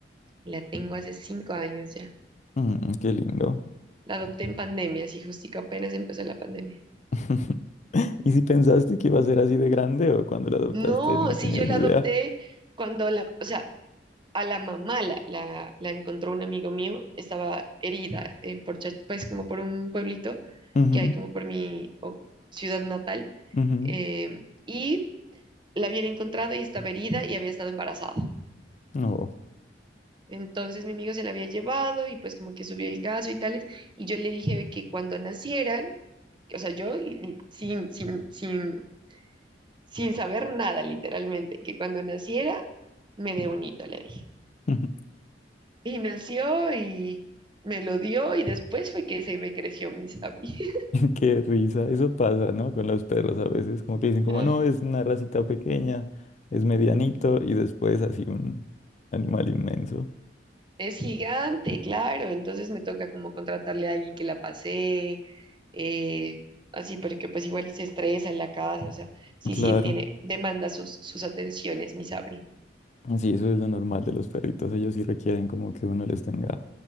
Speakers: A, on the right; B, on the left.
A: La tengo hace cinco años ya.
B: Mm, qué lindo.
A: La adopté en pandemia, así justico apenas empezó la pandemia.
B: <laughs> ¿Y si pensaste que iba a ser así de grande o cuando la adoptaste
A: No,
B: no
A: si
B: tenías
A: yo la
B: ni idea?
A: adopté cuando la, o sea, a la mamá la, la, la encontró un amigo mío, estaba herida en Porcha, pues como por un pueblito
B: Ujú,
A: que hay como por mi o, ciudad natal,
B: ujú.
A: eh, y la habían encontrado y estaba herida y había estado embarazada.
B: No.
A: Entonces mi amigo se la había llevado y pues como que subió el caso y tales, y yo le dije que cuando nacieran, o sea, yo li- li- sin, sin, sin, sin saber nada literalmente, que cuando naciera me dé un hito, le dije.
B: <laughs>
A: Y nació y me lo dio y después fue que se me creció mi sabi. <laughs>
B: Qué risa. Eso pasa, ¿no? Con los perros a veces. Como que dicen como,
A: Ah,
B: no, es una racita pequeña, es medianito y después así un animal inmenso.
A: Es gigante, claro, entonces me toca como contratarle a alguien que la pasee, eh, así, porque pues igual se estresa en la casa, o sea, sí,
B: Claro.
A: sí, tiene, demanda sus, sus atenciones, mi Sabri.
B: Sí, eso es lo normal de los perritos. Ellos sí requieren como que uno les tenga,